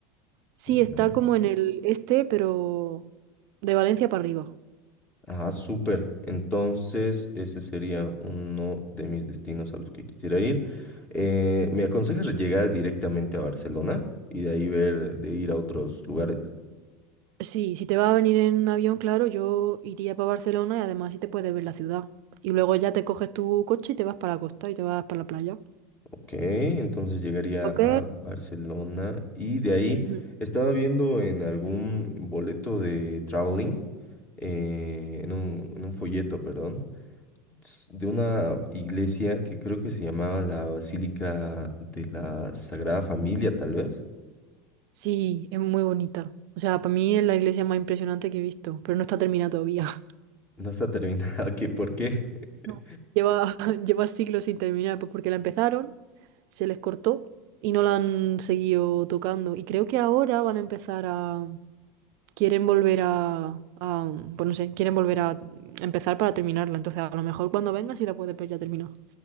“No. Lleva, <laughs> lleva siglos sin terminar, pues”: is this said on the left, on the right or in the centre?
Right